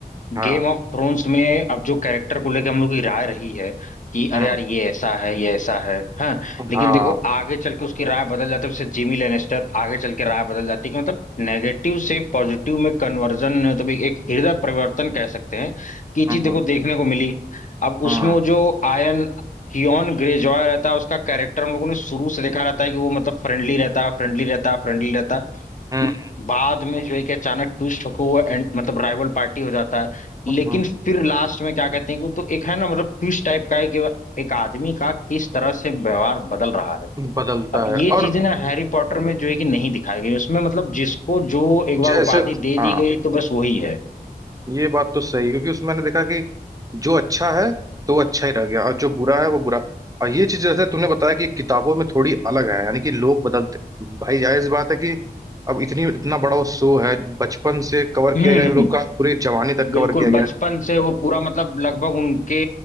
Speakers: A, on the right (about 20°); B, on the left (about 50°).
A: हाँ
B: गेम ऑफ थ्रोन्स में अब जो कैरेक्टर को लेके हम लोग की राय रही है कि
A: हम्म
B: अरे यार ये ऐसा है ये ऐसा है हाँ लेकिन
A: हाँ
B: देखो आगे चल के उसकी राय बदल जाती है उससे जिमी लेनेस्टर आगे चल के राय बदल जाती है कि मतलब नेगेटिव से पॉजिटिव में कन्वर्जन मतलब एक हृदय परिवर्तन कह सकते हैं कि ये चीज
A: हम्म
B: देखो देखने को मिली अब उसमें
A: हम्म
B: वो जो आयन थियॉन ग्रेजॉय रहता है उसका कैरेक्टर हम लोगों ने शुरू से देखा रहता है कि वो मतलब फ्रेंडली रहता है फ्रेंडली रहता है फ्रेंडली रहता
A: हम्म
B: है बाद में जो है कि अचानक ट्विस्ट होकर वो एंड मतलब राइवल पार्टी हो जाता है लेकिन
A: हम्म,
B: फिर लास्ट में क्या कहते हैं कि वो तो एक है ना मतलब ट्विस्ट टाइप का है कि एक आदमी का किस तरह से व्यवहार बदल रहा है
A: हम्म, बदलता
B: अब ये
A: है और
B: चीजें ना हैरी पॉटर में जो है कि नहीं दिखाई गई उसमें मतलब जिसको जो एक बार
A: जैसे
B: उपाधि दे दी
A: हाँ
B: गई तो बस वही है
A: ये बात तो सही है क्योंकि उसमें मैंने देखा कि जो अच्छा है तो वो अच्छा ही रह गया और जो बुरा है वो बुरा और ये चीज जैसे तुमने बताया कि किताबों में थोड़ी अलग है यानी कि लोग बदलते भाई जायज बात है कि अब इतनी इतना बड़ा वो शो है बचपन से कवर किया
B: हम्म हम्म,
A: गया इन लोग
B: हम्म।
A: का पूरी जवानी तक
B: बिल्कुल
A: कवर किया
B: बचपन
A: गया है
B: से वो पूरा मतलब लगभग उनके